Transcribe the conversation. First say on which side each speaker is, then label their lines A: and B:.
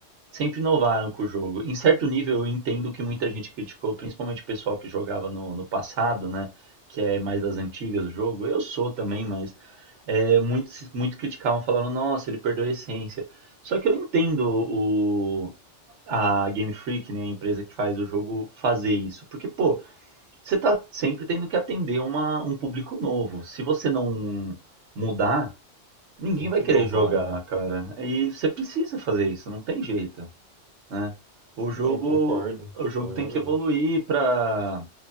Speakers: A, on the right; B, on the right.
A: Sempre inovaram com o jogo. Em certo nível, eu entendo que muita gente criticou, principalmente o pessoal que jogava no, no passado, né? Que é mais das antigas do jogo. Eu sou também, mas é, muitos muito criticavam, falando, nossa, ele perdeu a essência. Só que eu entendo o, a Game Freak, né, a empresa que faz o jogo, fazer isso. Porque, pô, você tá sempre tendo que atender uma, um público novo. Se você não mudar, ninguém
B: Tem que
A: vai querer
B: inovar,
A: jogar,
B: né?
A: cara. E você precisa fazer isso, não tem jeito né? O jogo,
B: Não, concordo,
A: o jogo
B: plenamente.
A: tem que evoluir para